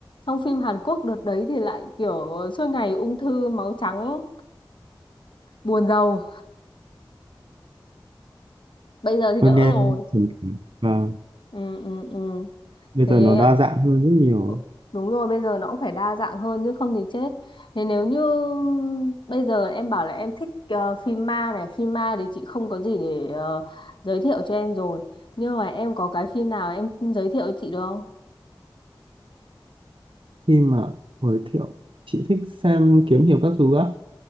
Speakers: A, on the left (about 70°); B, on the right (about 80°).
A: Trong phim Hàn Quốc đợt đấy thì lại kiểu suốt ngày ung thư máu trắng buồn rầu bây giờ thì
B: hơi
A: đỡ
B: nghe
A: rồi
B: và
A: ừ ừ ừ
B: bây
A: thế
B: giờ nó đa dạng hơn rất nhiều
A: ừ, đúng rồi bây giờ nó cũng phải đa dạng hơn chứ không thì chết thế nếu như bây giờ em bảo là em thích ờ, phim ma này phim ma thì chị không có gì để ờ, giới thiệu cho em rồi nhưng mà em có cái phim nào em giới thiệu cho chị được không
B: khi mà giới thiệu chị thích xem kiếm hiệp các thứ á